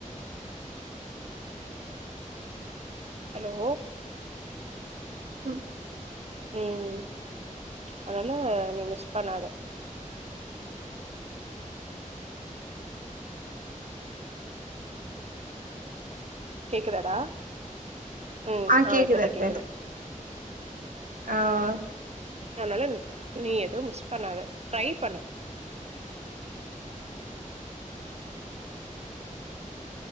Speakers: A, on the right (about 50°); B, on the right (about 90°).
A: ஹலோ
B: ம்
A: ம் அதனால நீ மிஸ் பண்ணாத கேக்குதாடா ம்
B: ஆஹ்
A: ஆ
B: கேக்குதத்த
A: இப்பதா கேக்குது
B: ஆஹ்
A: அதனால நீ எதுவு மிஸ் பண்ணாத ட்ரை பண்ணு